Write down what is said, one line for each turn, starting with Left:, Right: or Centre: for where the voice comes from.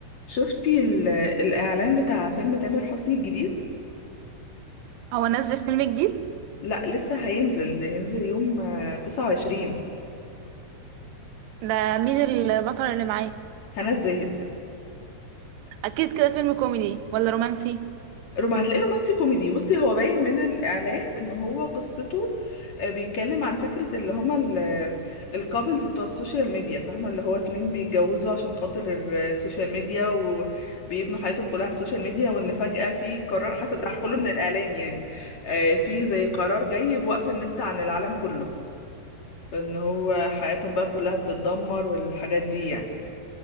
Left: شفتي ال- الإعلان بتاع فيلم تامر حسني الجديد؟
Right: هو نزل فيلم جديد
Left: لا لسه هينزل هينزل يوم آه، 29
Right: ده مين البطل اللي معاه
Left: هنا الزاهد
Right: اكيد كده فيلم كوميدي ولا رومانسي
Left: روم هتلاقيه رومانسي كوميدي بصي هو باين من الإعلان إن هو قصته آه، بيتكلم عن فكرة اللي هما الكابلز بتوع السوشيال ميديا فاهمة اللي هو اتنين بيتجوزوا عشان خاطر السوشيال ميديا وبيبنوا حياتهم كلها على السوشيال ميديا وإن فجأة في قرار حسب ده كله من الإعلان يعني آه، في زي قرار جاي بوقف النت عن العالم كله ان هو حياتهم بقى كلها بتتدمر والحاجات دي يعني